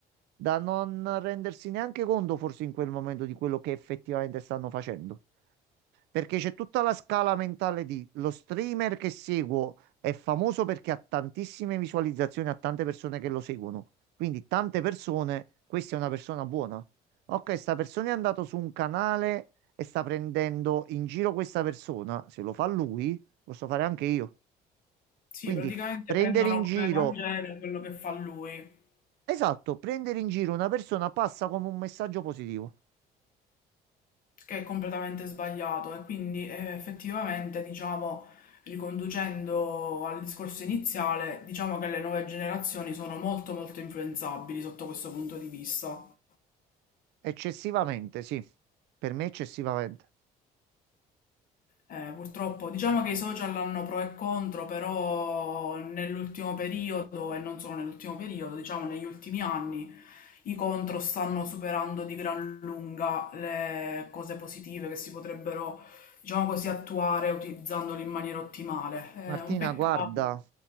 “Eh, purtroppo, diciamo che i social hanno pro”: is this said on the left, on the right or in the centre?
Left